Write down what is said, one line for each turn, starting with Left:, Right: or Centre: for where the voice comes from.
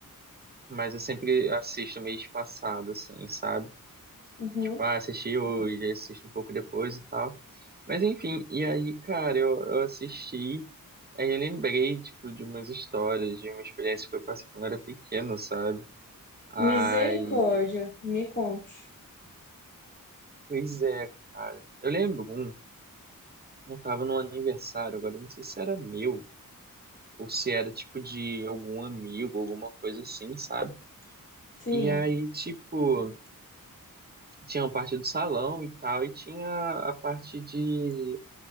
Right: mas eu sempre assisto meio espaçado, assim, sabe?
Left: Uhum.
Right: Tipo, ah, assisti hoje, assisto um pouco depois e tal. Mas enfim, e aí, cara, eu, eu assisti, aí eu lembrei, tipo, de umas histórias, de uma experiência que eu passei quando eu era pequeno, sabe? Aí,
Left: Misericórdia, me conte.
Right: pois é, cara. Eu lembro um, eu tava num aniversário, agora eu não sei se era meu, ou se era, tipo, de algum amigo, alguma coisa assim, sabe?
Left: Sim,
Right: E aí, tipo, tinha a parte do salão e tal, e tinha a parte de